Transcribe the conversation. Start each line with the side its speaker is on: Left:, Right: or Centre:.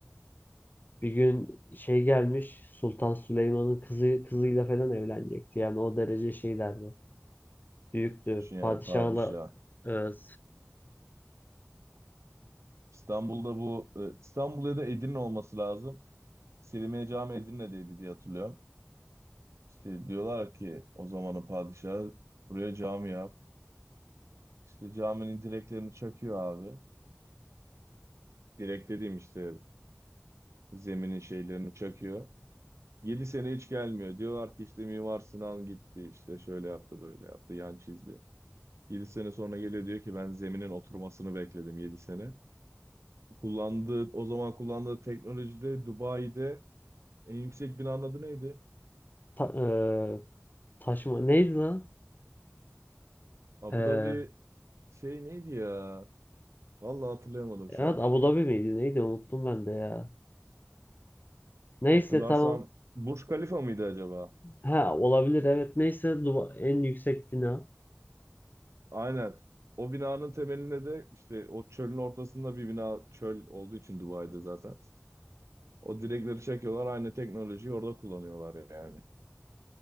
Left: bir gün şey gelmiş Sultan Süleyman'ın kızı kızıyla falan evlenecekti. Yani o derece şeylerdi. Büyüktü.
Right: Düşün yani
Left: Padişahla
Right: padişah.
Left: Evet.
Right: İstanbul'da bu e, İstanbul ya da Edirne olması lazım. Selimiye Cami Edirne'deydi diye hatırlıyorum. İşte diyorlar ki o zamanın padişahı buraya cami yap. İşte caminin direklerini çakıyor abi. Direk dediğim işte zeminin şeylerini çakıyor. 7 sene hiç gelmiyor. Diyorlar ki işte Mimar Sinan gitti işte şöyle yaptı böyle yaptı yan çizdi. 7 sene sonra geliyor diyor ki ben zeminin oturmasını bekledim 7 sene. Kullandığı o zaman kullandığı teknolojide Dubai'de en yüksek binanın adı neydi?
Left: Ta, eee, taşıma neydi lan?
Right: Abu
Left: Ee,
Right: Dhabi şey neydi ya? Vallahi hatırlayamadım
Left: Evet
Right: şu an.
Left: Abu Dhabi miydi neydi unuttum ben de ya. Neyse
Right: Hatırlarsam
Left: tamam.
Right: Burj Khalifa mıydı acaba?
Left: Ha olabilir evet neyse Duba- en yüksek bina.
Right: Aynen. O binanın temelinde de işte o çölün ortasında bir bina çöl olduğu için Dubai'de zaten. O direkleri çekiyorlar aynı teknolojiyi orada kullanıyorlar yani.